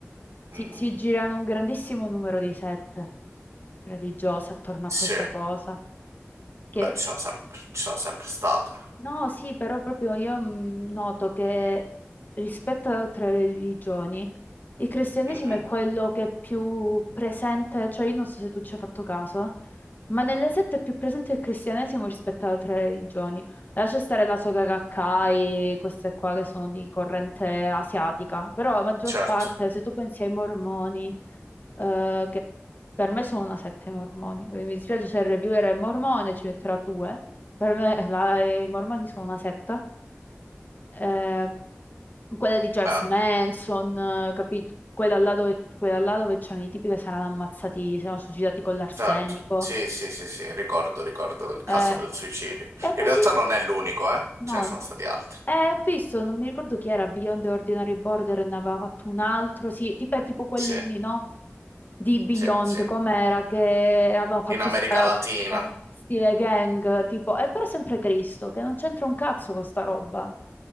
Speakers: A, on the left; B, on the right.
A: si,
B: Mhm.
A: si girano un grandissimo numero di sette religiose attorno a
B: Sì,
A: questa cosa che
B: beh, ci sono sempre, ci sono sempre state.
A: No, sì, però proprio io mm, noto che rispetto ad altre religioni, il cristianesimo
B: Mhm.
A: è quello che è più presente, cioè io non so se tu ci hai fatto caso, ma nelle sette è più presente il cristianesimo rispetto ad altre religioni. Lascia stare la Soga Gakkai, queste qua che sono di corrente asiatica, però la maggior
B: Certo,
A: parte, se tu pensi ai mormoni, eh, che per me sono una sette mormoni, quindi mi dispiace se il reviewer è mormone, ci metterà due. Per me la- i Mormoni sono una setta. Eh, quella di Charles
B: beh.
A: Manson, eh, capito? Quella là dove, quella là dove c'erano i tipi che si erano ammazzati, si erano suicidati con l'arsenico.
B: Certo, sì, sì, sì, sì, ricordo, ricordo il caso
A: Eh,
B: del suicidio.
A: è così.
B: In realtà non è l'unico, eh?
A: No,
B: Ce ne sono stati altri.
A: eh, ho visto, non mi ricordo chi era, Beyond the Ordinary Border, ne aveva fatto un altro, sì, tipo, è tipo quelli
B: Sì,
A: lì, no? Di Beyond,
B: sì, sì.
A: com'era, che aveva fatto
B: In America
A: sparato,
B: Latina.
A: eh, stile gang, tipo, è però sempre Cristo, che non c'entra un cazzo con sta roba.